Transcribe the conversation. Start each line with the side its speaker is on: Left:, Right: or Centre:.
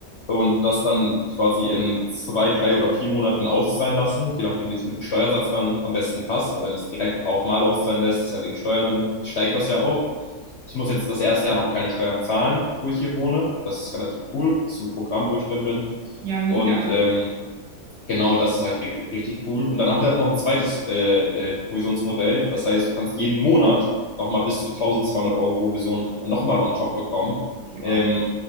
Left: und das dann quasi in zwei, drei oder vier Monaten auszahlen lassen, je nachdem, wie es mit dem Steuersatz dann am besten passt. Weil wenn es direkt auch mal auszahlen lässt, ist ja wegen Steuern, dann steigt das ja auch. Ich muss jetzt das erste Jahr noch keine Steuern zahlen, wo ich hier wohne. Das ist relativ cool. Das ist ein Programm, wo ich drin bin.
Right: Ja, mega.
Left: Und ähm, Genau, das ist halt ri- richtig cool. Und dann haben die halt noch ein zweites äh, äh, Provisionsmodell. Das heißt, du kannst jeden Monat nochmal bis zu 1200 Euro Provision nochmal on top bekommen.
Right: Ja,
Left: Ähm,